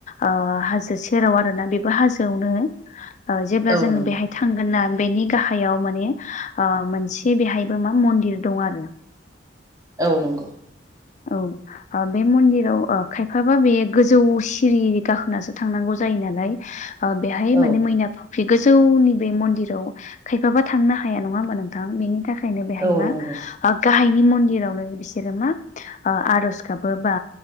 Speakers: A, on the left; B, on the right.
A: ओ हाजो सेराव आरोना बेबो हाजोआवनो ओ जेब्ला
B: औ
A: जोङो
B: नंगौ
A: बेहाय थांगोन ना बेनि गाहायाव माने ओ मोनसे बेहायबो मा मन्दिर दं आरो।
B: औ नंगौ।
A: औ ओ बे मन्दिराव ओ खायफाबा बे गोजौ सिरि गाखोनासो थांनांगौ जायो नालाय अ बेहाय
B: औ
A: माने मैना बे गोजौनि बे मन्दिराव खायफाबा थांनो हाया नङा होमबा नोंथां? बेनि थाखाय ओंखायनो बेहाय
B: औ
A: मा
B: नंगौ
A: गाहायनि मन्दिरावनो बिसोरो मा ओ आर'ज गाबो बा